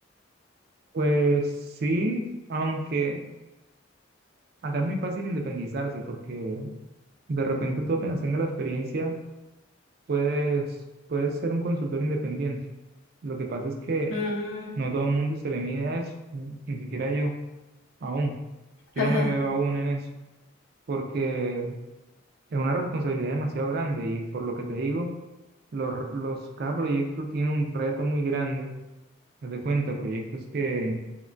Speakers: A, on the right (about 50°); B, on the left (about 85°).
A: Pues sí, aunque acá es muy fácil independizarse, porque de repente tú apenas tengas la experiencia, puedes, puedes ser un consultor independiente. Lo que pasa es que
B: Mm,
A: No todo el mundo se le mide a eso, ni ni siquiera yo, aún. Yo
B: <laughs> ajá,
A: no me veo aún en eso, porque es una responsabilidad demasiado grande y por lo que te digo, los, los, cada proyecto tiene un reto muy grande. Haz de cuenta, proyectos que,